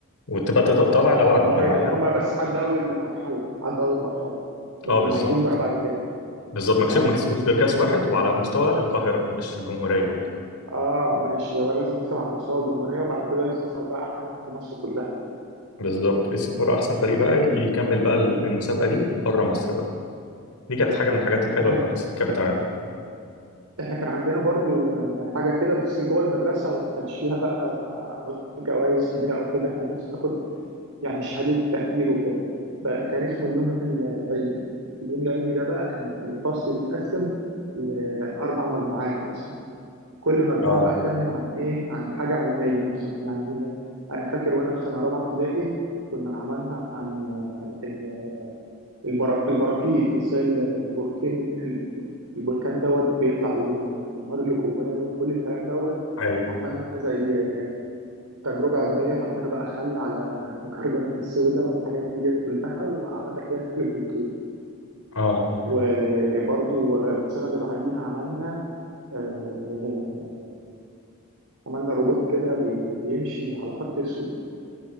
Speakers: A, on the left; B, on the right.
A: وتبقى تط- طالع الاول على الجمهوريه
B: اه يعني
A: اه
B: هما بس عدوا اول مرحلة عدوا اول مرحلة لكن
A: آه، بالظبط
B: ما عدوش بقى بعد كده
A: بالظبط ما كسب-
B: اه
A: ما كسبوش غير كاس واحد وعلى مستوى القاهره مش الجمهوريه يعني
B: اه ماشي هو لازم يكسب على مستوى الجمهورية وبعد كده يصفر بقى احسن واحد في مصر كلها يعني
A: بالظبط السفاره احسن فريق بقى يكمل بقى المسابقه دي بره مصر بقى دي كانت حاجه من الحاجات الحلوه
B: احنا
A: اللي مدرستي كانت بتعملها
B: احنا كان عندنا برضو آه، حاجة كده بس جوه المدرسة وما كانش فيها بقى جوائز كبيرة او كده كان بس بتاخد يعني شهادة تقدير وكده بقى كان اسمه اليوم العلمي اليوم العلمي ده بقى كان الفصل بيتقسم لأربع مجموعات مثلا كل مجموعة
A: اه
B: بقى تعمل عن إيه؟ عن حاجة علمية مثلا يعني أنا فاكر وأنا في سنة رابعة ابتدائي كنا عملنا عن آه، ال- البرا- البراكين وإزاي ال- البركان ال- البركان دوت بيطلع ال- النار اللي جواه وكل الكلام دوت
A: ايوه
B: عملنا زي تجربة علمية حطينا بقى خل على بيكربونات الصودا والحاجات ديت كلها وعملنا كده شكل فولكينو
A: اه
B: وبرضو السنة اللي بعديها عملنا آه، عملنا روبوت كده بي- بيمشي على خط اسود